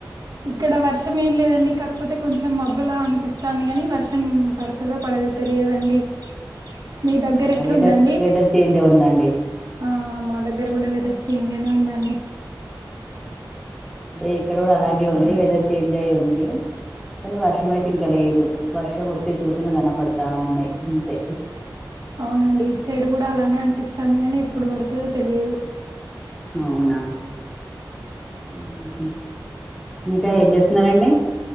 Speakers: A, on the right; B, in the centre.
A: ఇక్కడ వర్షం ఏం లేదండి కాకపోతే కొంచెం మబ్బులా అనిపిస్తాంది కానీ వర్షం పడు తాదో పడదో తెలియదండి మీ దగ్గర
B: అవునా
A: ఎట్లుందండి
B: వెదర్ వెదర్ చేంజా అవుందండి
A: ఆ మా దగ్గర కూడా వెదర్ చేంజేనే ఉందండి
B: దే ఇక్కడ కూడా అలాగే ఉంది వెదర్ చేంజ్ అయి ఉంది కానీ వర్షం అయితే ఇంక లేదు వర్షం వచ్చే సూచన కనపడతా ఉన్నాయి గింతే
A: అవునండి ఇటు సైడు కూడా అలానే అనిపిస్తాంది కానీ ఎప్పుడు పడుతదో తెలియదు
B: అవునా ఊ హూ హూ ఇంకా ఏం చేస్తున్నరండి